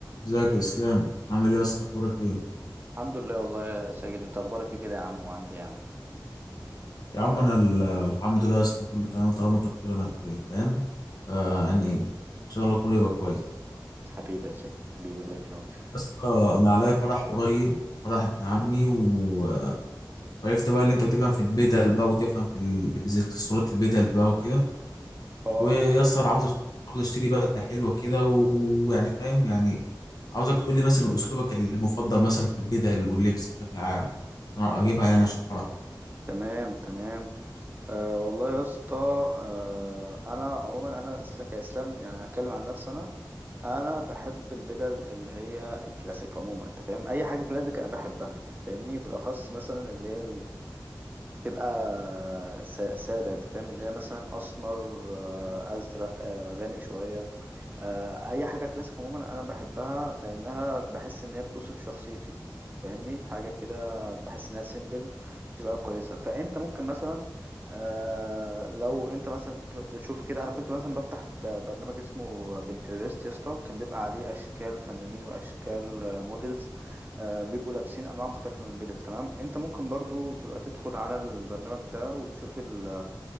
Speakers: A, on the left; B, on the right.
A: ازيك يا اسلام عامل ايه يا اسطى اخبارك ايه
B: الحمد لله والله يا ساجد انت اخبارك ايه كده يا عم وعامل ايه يا عم
A: يا عم انا ال- الحمد لله يا اسطى كله تمام طالما انت بخير انا بخير فاهم آه يعني ان شاء الله كله يبقى كويس
B: حبيبي يا ساجد حبيبي الله يكرمك
A: يا اسطى انا عليا فرح قريب فرح ابن عمي و- وعرفت بقى اللي انت بتفهم في البدل بقى وتفهم في ال- زي اكسسوارات البدل بقى وكده
B: اه
A: ويا اسطى أنا عاوز أشت- عاوز اشتري بدله حلوه كده و- ويعني فاهم يعني عاوزك تقول لي مثلا اسلوبك المفضل مثلا في البدل واللبس بشكل عام عشان اجيبها يعني عشان الفرح
B: تمام تمام آه والله يا اسطى آه انا عموما انا اسلا- كاسلام يعني هتكلم عن نفسي انا انا بحب البدل اللي هي الكلاسيك عموما انت فاهم اي حاجه كلاسيك انا بحبها فاهمني بالاخص مثلا اللي هي تبقى سا- سادة انت فاهم اللي هي مثلا اسمر آه، ازرق آه، غامق شوية آه، اي حاجة كلاسيك عموما انا بحبها لانها بحس ان هي بتوصف شخصيتي فاهمني حاجة كده بحس انها سيمبل تبقى كويسة فانت ممكن مثلا آه، لو انت مثلا ت- تشوف كده انا كنت مثلا بفتح ب- برنامج اسمه بنترست يا اسطى كان بيبقى عليه اشكال فنانين واشكال موديلز آه، بيبقوا لابسين انواع مختلفه من البدل تمام انت ممكن برضو تبقى تدخل على البرنامج ده وتشوف ال